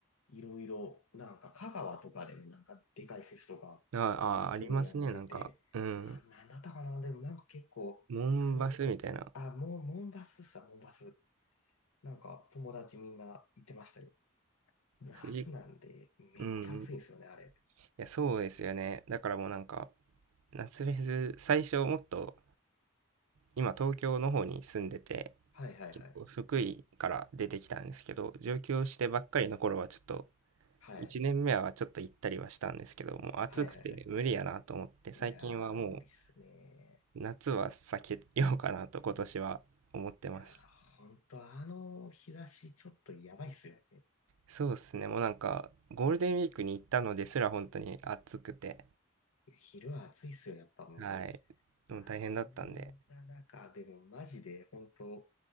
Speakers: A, on the left (about 85°); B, on the right (about 80°).
A: いろいろ、なんか香川とかでもなんかでかいフェスとか夏にやってて、
B: あ、あ、ありますね。なんか、うん。
A: な、なんだったかなでもなんか結構、
B: モンバスみたいな。
A: く、あ、もう、モンバスさ、モンバス。なんか友達みんな行ってましたよ。夏なんでめっちゃ暑いんですよね、
B: すげえうんうん。い
A: あれ。
B: や、そうですよね。だからもうなんか、夏フェス、最初もっと今東京の方に住んでて、
A: はいはいはい。
B: 結構福井から出てきたんですけど、上京してばっかりの頃はちょっと、
A: はい。
B: 1年目はちょっと行ったりはしたんですけど、もう暑くて無理やなと思って、
A: はいはいはい。いやー、
B: 最近はも
A: 無理っすね。
B: う夏は避けようかなと今年は思ってます。
A: いやー、ほんとあの日差しちょっとやばいっすよ。
B: そうですね、もうなんかゴールデンウィークに行ったのですら本当に暑くて、
A: 昼は暑いっすよ、やっぱも
B: はい、でも大変だったんで、
A: う。あんな中、でもマジで、本当